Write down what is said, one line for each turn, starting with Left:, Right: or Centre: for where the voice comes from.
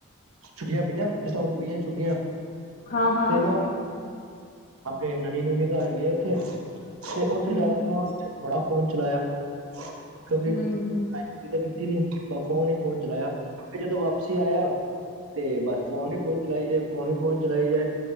Right: ਛੁੱਟੀਆਂ ਪਈਆਂ। ਜਿਸ ਹਿਸਾਬ ਨਾਲ ਪਈਆਂ ਛੁੱਟੀਆਂ,
Left: ਹਾਂ ਹਾਂ
Right: ਤੇ ਨਾ ਆਪਣੇ ਨਾਨੀ- ਨੂਨੀ ਘਰ ਗਏ ਉੱਥੇ? ਤੇ
Left: ਹੂੰ
Right: ਉੱਥੇ ਜਾ ਕੇ ਨਾ, ਉਥੇ ਬੜਾ ਫੋਨ ਚਲਾਇਆ। ਕਿਹਦੀ
Left: ਹੂੰ
Right: ਕਿਥੇ ਜੀਂਦੀ ਐ। ਤਾ ਫੋਨ ਹੀ ਫੋਨ ਚਲਾਇਆ। ਫੇਰ ਜਦੋਂ ਵਾਪਸੀ ਆਇਆ। ਤੇ, ਬਸ ਫੋਨ ਹੀ ਫੋਨ ਚਲਾਈ ਜਾਏ। ਫੋਨ ਹੀ ਫੋਨ ਚਲਾਈ ਜਾਏ।